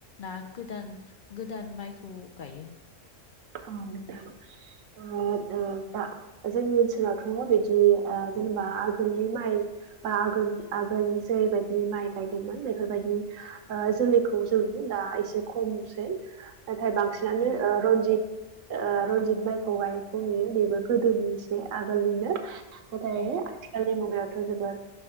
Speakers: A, on the left; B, on the right.
A: ना गोदान गोदान माइखौ गायो।
B: औ नोंथां दा जोंनि ओनसोलावथ' बिदि जेनेबा आगोलनि माइ बा आगोल आगोल जेरैबायदि माइ गायदोंमोन बेफोरबायदि जोलैखौ जों दा एसे खमसै नाथाय बांसिनानो
A: औ
B: रनजित रनजित माइखौ गायनायखौ नुयो बेबो गोदोनि एसे आगोलनिनो नाथाय
A: औ
B: आथिखालनि मुगायावथ' जोबोर